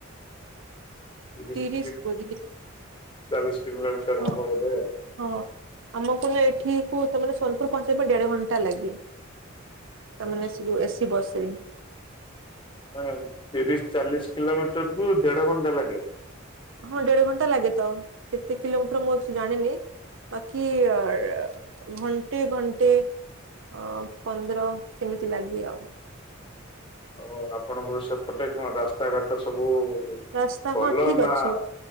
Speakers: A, on the left; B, on the right.
A: <unintelligible>
B: ତିରିଶ ବୋଧେ
A: କିଲୋମିଟର
B: ହଁ
A: ହବ ଗୋଟେ ଆଉ।
B: ହଁ ଆମକୁ ହିଁ ଏଠିକୁ ତମର ସୋନପୁର ପହଞ୍ଚେଇ ପାଇଁ ଦେଢ ଘଣ୍ଟା ଲାଗେ। ତାମାନେ
A: ଆଚ୍ଛା।
B: ସେ ଯୋଉ ଏସି ବସ ରେ।
A: ହାଁ ତିରିଶ ଚାଳିଶ କିଲୋମିଟର କୁ ଦେଢ ଘଣ୍ଟା ଲାଗିବ।
B: ହଁ ଦେଢ ଘଣ୍ଟା ଲାଗେ ତ କେତେ କିଲୋମିଟର ମୁଁ ଅଛେ ଜାଣିନି। ବାକି ଅ ଘଣ୍ଟେ ଘଣ୍ଟେ ଅ ପନ୍ଦର ସେମିତି ଲାଗେ ଆଉ।
A: ଓ ଆପଣଙ୍କର ସେପଟେ କଣ ରାସ୍ତାଘାଟ ସବୁ
B: ରାସ୍ତା
A: ଭଲ
B: ହଁ ଠିକ
A: ନା
B: ଅଛି